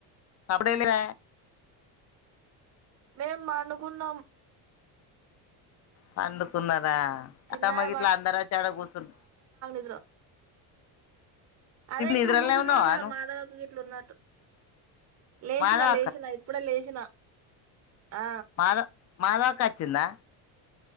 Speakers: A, on the left (about 40°); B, on the right (about 35°).
A: సబడలిర
B: మేం మనుకున్నం.
A: పండ్ కున్నారా,
B: చిన్నాయ
A: అత్తమ గిట్ల అందరొచ్చి ఆడ గుసున్
B: రు అదే ఇప్పుడు
A: నిద్రలనే
B: గుసున్నరు
A: ఉన్నావా
B: కదా
A: నువ్వు
B: మాధవ కి ఇట్లున్నట్టు. లేచినా
A: మాధవ
B: లేచినా ఇప్పుడే లేచిన. ఆ
A: మాధవ మాధవ అక్క వచ్చిందా